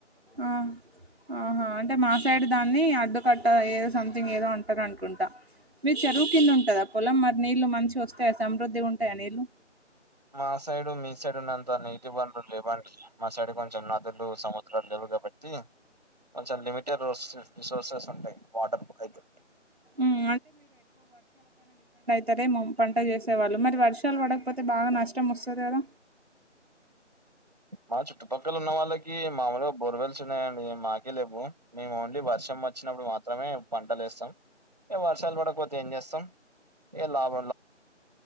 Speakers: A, on the right (about 55°); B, on the right (about 35°).
A: ఆ ఆహా అంటే మాసైడ్ దాన్ని అడ్డుకట్ట ఏదో సంథింగ్ ఏదో అంటారనుకుంటా మీది చెరువు కింద ఉంటందా పొలం మరి నీళ్ళలు మంచిగొస్తాయా సమృద్ధిగుంటాయా నీళ్లు
B: మా సైడు మీ సైడ్ ఉన్నంత నీటి వనరులు లేవండి మా సైడ్ కొంచెం నదులు సముద్రాలు లేవ కాబట్టి కొంచం లిమిటెడ్ రిసోర్సెస్ ఉంటాయి వాటర్కు అయితే
A: ఉమ్ సరే మం పంట చేసేవాళ్ళు మరి వర్షాలు పడక్ కపోతే బాగా నష్టం వస్తది కదా
B: మా చుట్టుపక్కల ఉన్న వాళ్ళకి మామూలుగా బొర్వెల్స్ ఉన్నాయండి మాకే లేవ్వు మేము ఓన్లీ వర్షం మచ్చినప్పుడు మాత్రమే పంటలు ఎస్తాం ఇగ వర్షాలు పడకపోతే ఏం చేస్తాం ఏ లాభ